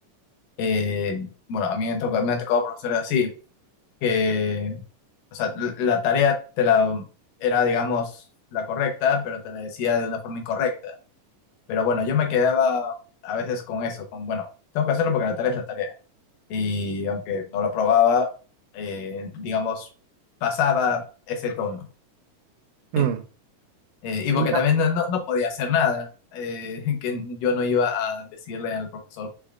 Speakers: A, on the left; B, on the right.
A: eh, bueno, a mí me toca, me ha tocado profesores así, que o sea, l- la tarea te la era, digamos, la correcta, pero te la decía de una forma incorrecta. Pero bueno, yo me quedaba a veces con eso, con, bueno, tengo que hacerlo porque la tarea es la tarea. Y aunque no lo probaba, eh, digamos, pasaba ese tono. <laughs>
B: Mm,
A: Eh, y porque
B: En ca-
A: también no, no- no podía hacer nada, eh, <laughs> que yo no iba a decirle al profesor